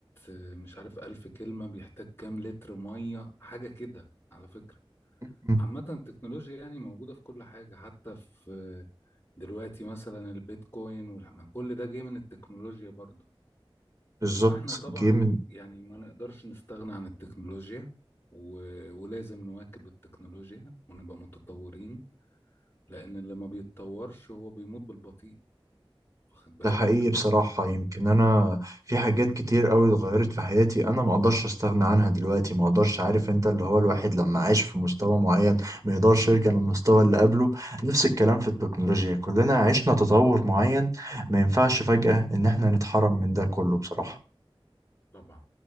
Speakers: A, on the left; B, on the right.
A: آه، مش عارف ألف كلمه بيحتاج كام لتر ميه حاجه كده على فكره
B: مم.
A: عامة التكنولوجيا يعني موجودة في كل حاجة حتى في دلوقتي مثلا البيتكوين والح- كل ده جاي من التكنولوجيا برضو
B: بالظبط
A: فاحنا طبعا
B: جه من
A: يعني ما نقدرش نستغنى عن التكنولوجيا و... ولازم نواكب التكنولوجيا ونبقى متطورين لأن اللي ما بيتطورش هو بيموت بالبطيء واخد بالك
B: ده حقيقي بصراحة يمكن أنا في حاجات كتير أوي اتغيرت في حياتي أنا ما أقدرش أستغنى عنها دلوقتي ما أقدرش عارف أنت اللي هو الواحد لما عايش في مستوى معين ما يقدرش يرجع للمستوى اللي قبله نفس الكلام في التكنولوجيا كلنا عشنا تطور معين ما ينفعش فجأة إن إحنا نتحرم من ده كله بصراحة
A: طبعا